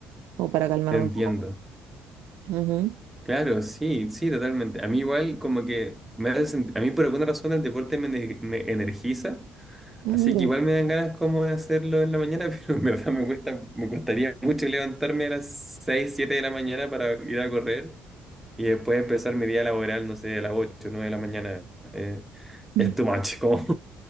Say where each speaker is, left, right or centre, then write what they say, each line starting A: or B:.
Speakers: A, on the right (about 80°); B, in the centre.
A: como para calmarme
B: te entiendo.
A: un poco. Ujú.
B: Claro, sí, sí, totalmente. A mí igual como que me hace sent- a mí por alguna razón el deporte me, ener- me energiza,
A: Ah,
B: así
A: mira.
B: que igual me dan ganas como de hacerlo en la mañana, <laughs> pero en verdad me cuesta, me costaría mucho levantarme a las 6, 7 de la mañana para ir a correr y después empezar mi día laboral, no sé, a las 8, 9 de la mañana. Eh,
A: <laughs>
B: es too much, como